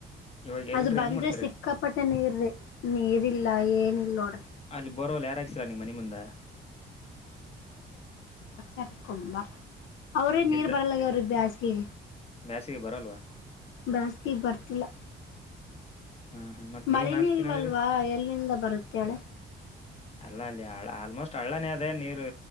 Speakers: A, on the left (about 30°); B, on the left (about 80°).
A: ಇವಾಗ ಎಲ್ರು
B: ಅದು ಬಂದ್ರೆ
A: ಹೆಂಗ್ ಮಾಡ್ತಾರೆ
B: ಸಿಕ್ಕಾಪಟ್ಟ ನೀರ್ರೀ ನೀರಿಲ್ಲ ಏನ ಇಲ್ಲೋಡ
A: ಅಲ್ಲಿ ಬರವಲ್ ಯಾರಾಗಕ್ಸಿಲ್ಲಾ ನಿಮ್ ಮನ ಮುಂದ
B: ರಕಕೊಂಬರ್ ಅವ್ರೇ ನೀರ್
A: ಬಿದ್ದ
B: ಬರಲ್ಲ ಆಗ್ಯವ ರಿ ಬ್ಯಾಸಗಿಗೆ
A: ಬ್ಯಾಸಿಗೆ ಬರಲ್ವಾ
B: ಬ್ಯಾಸ್ಕಿಗೆ ಬರ್ತಿಲ್ಲ
A: ಹಾ ಹಾ ಮತ್ ನೀವನ್
B: ಮಳೆನಲ್ವಲ್ವಾ
A: ಹಾಕ್ಸ್ತೀನಿ ಅಂದ್ರಿ
B: ಎಲ್ಲಿಂದ ಬರುತ್ತೆಳೆ
A: ಅಲ್ಲ ಅಲ್ಲಿ ಆಲ್ಮೋಸ್ಟ್ ಹಳ್ಳನೇ ಅದೇ ನೀರು